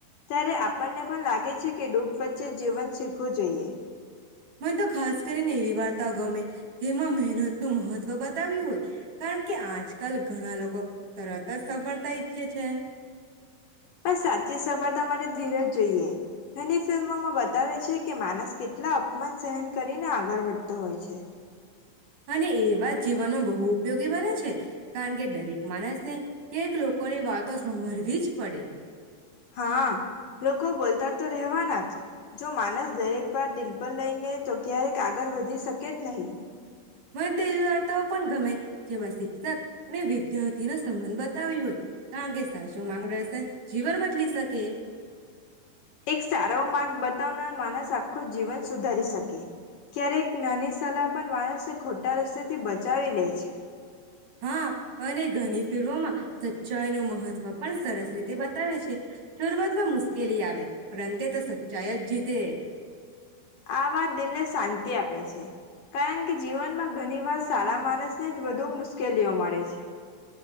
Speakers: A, on the left; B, on the right.
A: ત્યારે આપણને પણ લાગે છે કે દુખ વચ્ચે જીવન શીખવું જોઈએ.
B: મને તો ખાસ કરીને એવી વાર્તાઓ ગમે જેમાં મહેનતનું મહત્વ બતાવ્યું હોય, કારણ કે આજકાલ ઘણા લોકો તરત જ સફળતા ઈચ્છે છે.
A: આ સાચી સફળતા માટે ધીરજ જોઈએ. ઘણી ફિલ્મોમાં બતાવે છે કે માણસ કેટલા અપમાન સહન કરીને આગળ વધતો હોય છે.
B: અને એવા જ જીવનનો બહુ ઉપયોગ ગી બને છે. કારણ કે દરેક માણસ ને કેક લોકોની વાતો સાંભળવી જ પડે.
A: હા લોકો બોલતા તો રહેવાના જ, જો માણસ દરેક વાર દિલ પર લઈ લે તો ક્યારેક આગળ વધી શકે જ નહીં.
B: મન તો એવી વાર્તાઓ પણ ગમે જેમાં શિક્ષક અને વિદ્યાર્થી નો સંબંધ બતાવ્યો હોય કારણ કે સાચો માગદર્શન જીવન બદલી શકે.
A: એક સારો માર્ગ બતાવનાર માણસ આખું જીવન સુધારી શકે. ક્યારેક નાની સલાહ પણ માણસને ખોટા રસ્તે થી બચાવી લે છે.
B: હા અને ઘણી ફિલ્મોમાં સચ્ચાઈ નું મહત્વ પણ સરસ રીતે બતાવે છે. શરઆતમાં મુશ્કેલી આવે પણ અંતે તો સચ્ચાઈ જ જીતે.
A: આ વાત દિલને શાંતિ આપે છે. કારણ કે જીવનમાં ઘણી વાર સારા માણસને જ વધુ મુશ્કેલીઓ મળે છે.